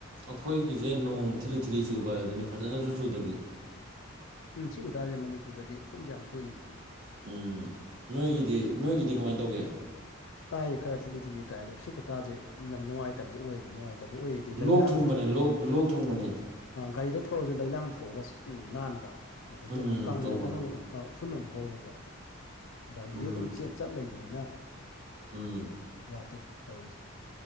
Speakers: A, on the right; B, on the left.
A: ꯑꯩꯈꯣꯏꯒꯤꯁꯦ ꯅꯣꯡ ꯊꯤꯂꯤ ꯊꯤꯂꯤ ꯆꯨꯕ ꯍꯥꯏꯗꯨꯅꯤ ꯐꯖꯅꯁꯨ ꯆꯨꯗꯕꯤ
B: ꯎꯝ ꯁꯤꯈꯨꯇꯥꯥꯁꯦ ꯃꯅꯤꯄꯨꯔꯗꯗꯤ ꯎꯐꯨꯟꯁꯦ ꯌꯥꯝ ꯊꯣꯛꯏꯅꯦ
A: ꯎꯝ ꯅꯣꯏꯒꯤꯗꯤ ꯅꯣꯏꯒꯤꯗꯤ ꯀꯃꯥꯏꯅ ꯇꯧꯒꯦ
B: ꯇꯥꯏꯌꯦ ꯈꯔ ꯊꯤꯠꯂꯤ ꯊꯤꯠꯂꯤ ꯇꯥꯏ ꯑꯗꯣ ꯁꯤ ꯈꯨꯠꯇꯥꯥꯁꯦ ꯌꯥꯝ ꯅꯨꯡꯉꯥꯏꯇꯕꯗꯣ ꯑꯣꯏꯕ ꯅꯨꯡꯉꯥꯏꯇꯦ ꯐꯠꯇꯕ ꯑꯣꯏꯔꯗꯤ
A: ꯂꯣꯛ
B: ꯂꯩꯅꯥꯡꯁꯨ
A: ꯊꯨꯡꯕꯅꯦ
B: ꯊꯣꯛꯄ
A: ꯂꯣꯛ ꯂꯣꯛ ꯊꯨꯡꯕꯅꯦ
B: ꯒꯥꯔꯤꯗ ꯊꯧꯔꯁꯨ ꯂꯩꯅꯥꯡ ꯊꯣꯛꯑꯒ ꯑꯝ ꯅꯥꯟꯕ ꯑꯗꯒꯤ
A: ꯎꯝ
B: ꯑꯃꯨꯛ ꯀꯪꯈ꯭ꯔꯒꯅꯥ
A: ꯇꯧꯕꯅꯦ
B: ꯑꯃꯨꯛ ꯎꯐꯨꯟ ꯑꯗꯨꯝ ꯍꯧꯕ ꯒꯥꯔꯤꯗꯤ
A: ꯎꯝ
B: ꯑꯗꯨꯝ ꯆꯠ ꯂꯩꯕꯅꯤꯅ
A: ꯎꯝ
B: ꯌꯥꯗꯦ ꯇꯧꯔꯤꯁꯦ